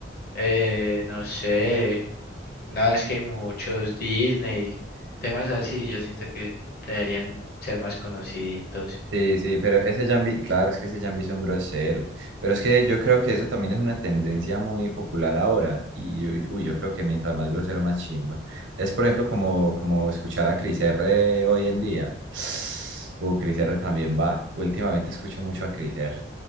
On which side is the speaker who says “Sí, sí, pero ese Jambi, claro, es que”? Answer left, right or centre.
Right